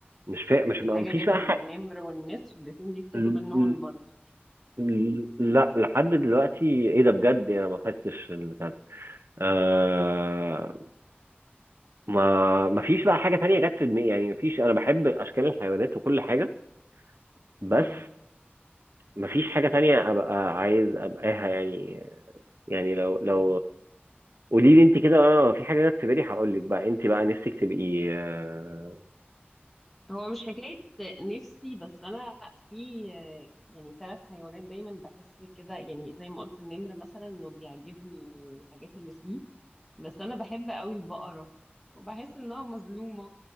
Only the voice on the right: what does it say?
مش فا... مش
ما
فيش
بقى
حق
ل-
ل- لا لحد دلوقتي ايه ده بجد انا ما بحسش آه ما ما فيش بقى حاجة تانية جت في دماغي يعني ما فيش أنا بحب أشكال الحيوانات وكل حاجة بس
ما فيش حاجة تانية أبقى عايز أبقاها يعني يعني لو لو
قولي لي أنت كده أنا في حاجة جت في بالي هقول لك بقى أنت بقى نفسك تبقي آه